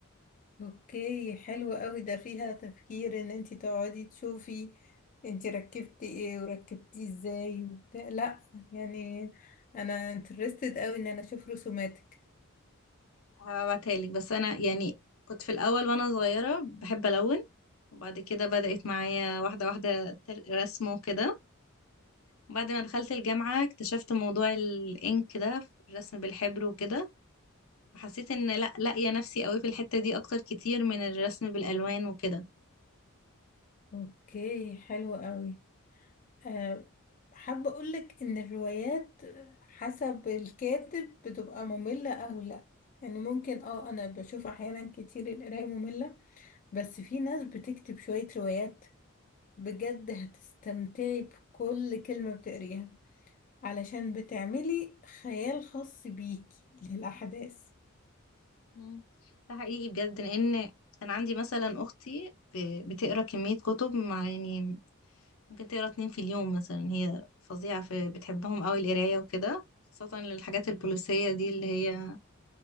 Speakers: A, on the left; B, on the left.
A: اوكي حلو قوي ده فيها تفكير ان انتي تقعدي تشوفي انتي ركبتي ايه وركبتيه ازاي وبتاع لا يعني انا انترستد قوي ان انا اشوف رسوماتك
B: هبعتها لك بس انا يعني كنت في الاول وانا صغيره بحب الون وبعد كده بدأت معايا واحدة واحدة تر- رسمه كده بعد ما دخلت الجامعة اكتشفت موضوع الإنك ده الرسم بالحبر وكده فحسيت إن لأ لاقية نفسي قوي في الحتة دي أكتر كتير من الرسم بالألوان وكده
A: اوكي حلو قوي أه حابة اقولك ان الروايات حسب الكاتب بتبقى مملة او لا يعني ممكن اه انا بشوف احيانا كتير القراية مملة بس في ناس بتكتب شوية روايات بجد هتستمتعي بكل كلمة بتقريها علشان بتعملي خيال خاص بيكي للأحداث
B: مم. ده حقيقي بجد لأن كان عندي مثلا أختي ب- بتقرا كمية كتب مع يعني ممكن تقرا اتنين في اليوم مثلا هي فظيعة في بتحبهم قوي القراية وكده خاصة للحاجات البوليسية دي اللي هي